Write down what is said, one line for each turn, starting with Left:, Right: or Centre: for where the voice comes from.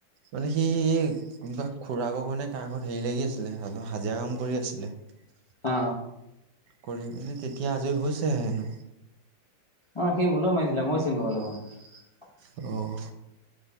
Right: মানে সি কোনোবা খুৰা ক কাৰণে ক ঘৰত হেৰি লাগি আছিলেপ হাজিৰা কাম কৰি আছিলে ছিলে
Left: অ
Right: কৰি পিনে তেতিয়া আজৰি হৈছে হেনো
Left: অ সি মোলৈ মাৰিছিলে মই চীন নেপালোঁ ক
Right: আহ